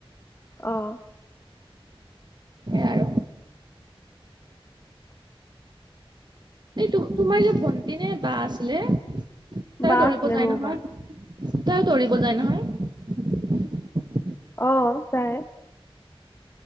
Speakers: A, on the left (about 25°); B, on the right (about 45°).
A: আহ
B: আৰু এই তোমাৰ যে ভন্টি নে বা আছিলে তাই
A: বা
B: দৌৰিব
A: আছিলে
B: যায়
A: মোৰ
B: নহয়
A: বা
B: তাই দৌৰিব যায় নহয়
A: অ যাই